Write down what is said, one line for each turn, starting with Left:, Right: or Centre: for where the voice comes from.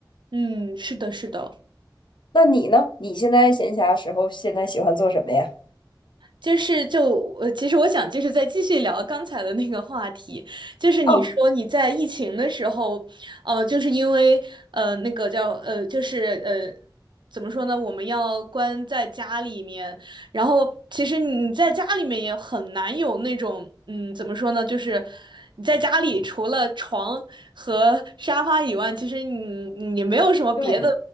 Right: 嗯，是的，是的。
Left: 那你呢？你现在闲暇时候现在喜欢做什么呀？
Right: 就是就呃，其实我想就是再继续聊刚才的那个话题，就是你说你在疫情的时候，
Left: 哦，
Right: 呃，就是因为呃那个叫呃就是呃怎么说呢，我们要关在家里面，然后其实你在家里面也很难有那种，嗯，怎么说呢，就是你在家里除了床和沙发以外，其实你你没有什么别的
Left: 对，